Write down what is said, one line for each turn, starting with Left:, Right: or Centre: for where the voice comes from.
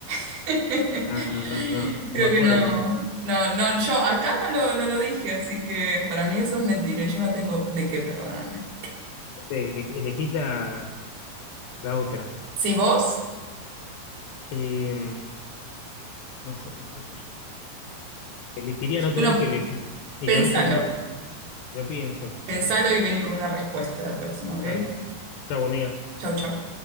Right: <laughs> Creo
Left: no, no, no, no, no me acuerdo
Right: que no,
Left: de esa.
Right: no, no, yo acá no lo, no lo dije, así que para mí eso es mentira y yo no tengo de qué perdonarme.
Left: Sí, ele- elegís la, la otra.
Right: Si vos,
Left: Eh, No sé, qué sé yo. Elegiría no
Right: uno,
Left: tener que elegir. Y
Right: pensalo,
Left: con eso me gusta. Lo pienso.
Right: pensalo y vení con una respuesta la próxima, ¿ok?
Left: Dale. Chau, amiga.
Right: Chau, chau.